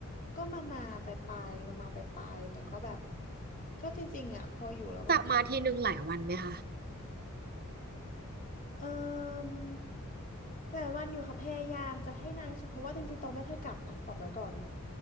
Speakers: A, on the left; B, on the right.
A: ก็มามาไปไปมามาไปไปแต่ก็แบบก็จริงๆอ่ะพออยู่แล้วมันก็
B: กลับมาทีหนึ่งหลายวันไหมคะ
A: เออแต่วันอยู่ค่ะพยายามจะให้นานที่สุดเพราะว่าจริงๆตองไม่ค่อยกลับนะบอกไว้ก่อน